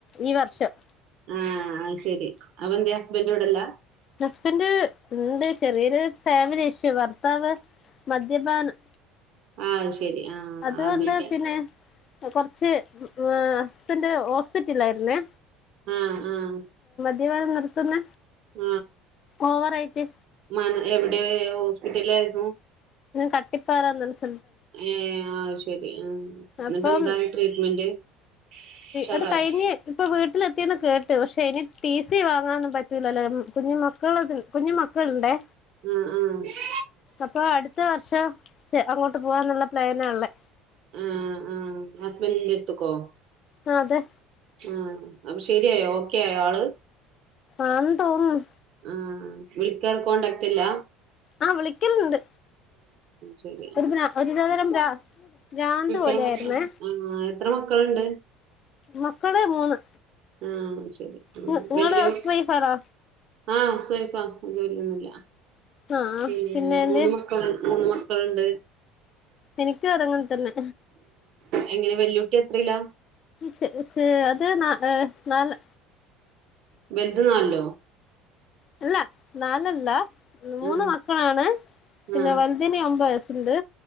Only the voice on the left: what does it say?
ഈ വർഷം
ഹസ്ബന്റ് <unintelligible> ചെറിയൊരു ഫാമിലി ഇഷ്യു ഭർത്താവ് മദ്യപാനം
അതുകൊണ്ട്
പിന്നെ കുറച്ച് ആ ഹസ്ബൻറ് ഹോസ്പിറ്റലായിരുന്നേ
ദ്യപാനം നിർത്തുന്ന
ഓവറായിട്ട്
കട്ടിപ്പാറാന്നൊരു സ്ഥല
അപ്പം
അത് കയിഞ്ഞ് ഇപ്പ വീട്ടിലെത്തിന്ന് കേട്ടു പക്ഷെ ഇനി ടി സി വാങ്ങാനൊന്നും പറ്റൂലല്ലോ കുഞ്ഞ മക്കളിത് കുഞ്ഞു മക്കളു ണ്ടേ
അപ്പൊ അടുത്ത വർഷം ചെ അങ്ങോട്ട് പോവാന്നുള്ള പ്ലാനാണുള്ളെ
ആ അതെ
ആ തോന്നുന്നു
ആ വിളിക്കലുണ്ട്
ഒരു
പ്രാ ഒരുതരരം പ്രാ ന്ത്
പോലെ
ആയിരുന്നേ
മക്കള് മൂന്ന്
നിങ്ങള്
ഹൗസ് വൈഫാണോ
ആഹ്
എന്റെ
എനിക്കും അതങ്ങനെ തന്നെ
ചെ ചെ അതെ എ നാല്
അല്ല നാലല്ല മൂന്ന്
മക്കളാണ് പിന്നെ
വലുതിനെ ഒമ്പയ്സ് ണ്ട്